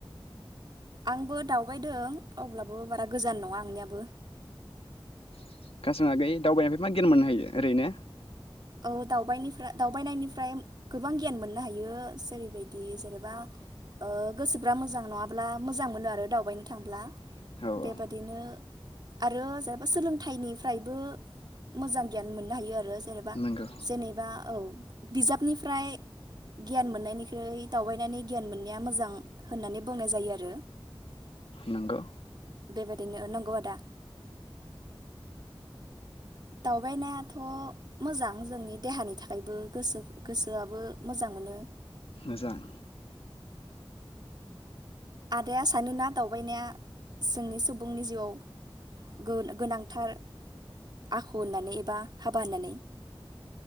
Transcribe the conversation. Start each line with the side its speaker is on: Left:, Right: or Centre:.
Right: आंबो दावबायदों अब्लाबो बारा गोजान नङा आंनियाबो।
Left: <unintelligible> आगै दावबायनायनिफ्राय मा गियान मोननो हायो ओरैनो?
Right: औ दावबायनिफ्राय दावबायनायनिफ्राय गोबां गियान मोननो हायो जेरैबायदि जेनेबा ओ गोसोफ्रा मोजां नङाब्ला मोजां मोनो आरो दावबायनो थांब्ला।
Left: औ
Right: बेबादिनो
Left: औ
Right: आरो जेनेबा सोलोंथाइनिफ्रायबो मोजां गियान मोननो हायो आरो जेनेबा।
Left: नंगौ
Right: जेनेबा औ बिजाबनिफ्राय गियान मोननायनिख्रुइ दावबायनानै गियान मोननाया मोजां होननानै बुंनाय जायो आरो
Left: नंगौ
Right: बेबाददिनो नंगौ आदा। दावबायनायाथ' मोजां जोंनि देहानि थाखायबो गोसो गोसोआबो मोजां मोनो।
Left: मोजां।
Right: आदाया सानोना दावबायनाया जोंनि सुबुंनि जिउआव गोन गोनांथार आखु होननानै एबा हाबा होननानै?